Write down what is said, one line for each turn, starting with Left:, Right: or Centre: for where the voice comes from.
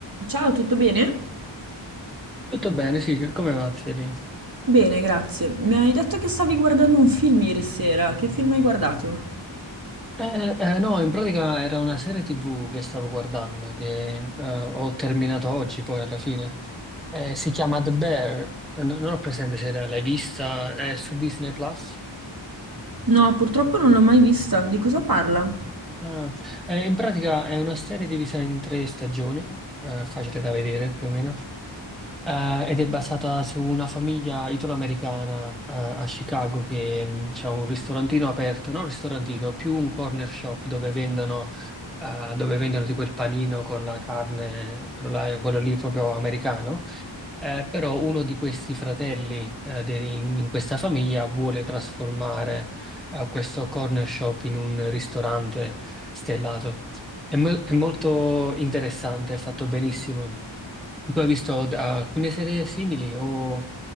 Right: Ciao, tutto bene?
Centre: Tutto bene, sì, come va, Thierry?
Right: Bene, grazie. Mi hai detto che stavi guardando un film ieri sera. Che film hai guardato?
Centre: Eh, eh, no, in pratica era una serie TV che stavo guardando, che eh, ho terminato oggi poi alla fine. Eh, si chiama The Bear, Eh, no- non ho presente se l'hai vista, è su Disney Plus.
Right: No, purtroppo non l'ho mai vista. Di cosa parla?
Centre: Ah, eh, in pratica è una serie divisa in tre stagioni, eh, facile da vedere più o meno, eh, ed è basata su una famiglia italoamericana eh, a Chicago che ha un ristorantino aperto, non un ristorantino, più un corner shop dove vendono eh, dove vendono tipo il panino con la carne, quello, là- quello lì proprio americano. Eh, però uno di questi fratelli eh, de- in, in questa famiglia vuole trasformare eh, questo corner shop in un ristorante stellato. È, mo- è molto interessante, è fatto benissimo. Tu hai visto eh, alcune serie simili o,